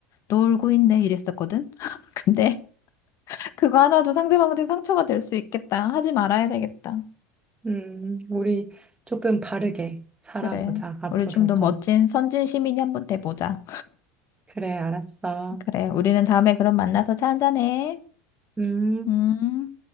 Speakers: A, on the left; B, on the right.
A: 놀고 있네 이랬었거든. <laughs> 근데 그거 하나도 상대방한테 상처가 될 수 있겠다. 하지 말아야 되겠다.
B: 음, 우리 조금 바르게 살아보자,
A: 그래.
B: 앞으로
A: 우리 좀 더
B: 더.
A: 멋진 선진 시민이 한번 돼보자.
B: 그래, 알았어.
A: 그래. 우리는 다음에 그럼 만나서 차 한잔해.
B: 음.
A: 음,